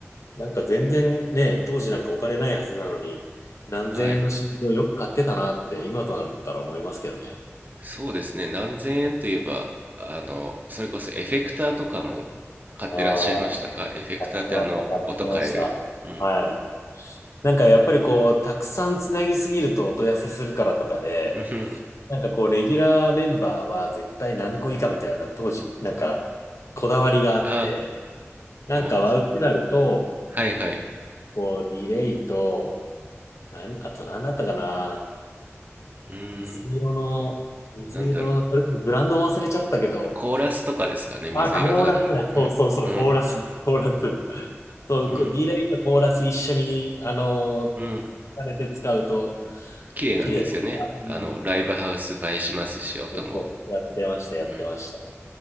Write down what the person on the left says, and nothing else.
なんか全然ね、当時なんかお金ないはずなのに、何千円の心臓をよく買ってたなって、
今となったら思いますけどね。
ああ、買ってました、買ってました。
はい。なんかやっぱりこう、たくさんつなぎすぎると音痩せするからとかで、
なんかこう、レギュラーメンバーは絶対何個以下みたいな当時、なんか、こだわりがあって、
なんかワウペダルと、
こう、ディレイと、なん、あと何だったかな。
水色の、水色の、
それこそブランドも忘れちゃったけど、
あ、コーラスだ。そうそうそう、
コーラス、コーラス。そう、
こう、D ラインとコーラス一緒に、あのー、
重ねて使うと、
綺麗だから。うん。
そうそう、やってました、やってました。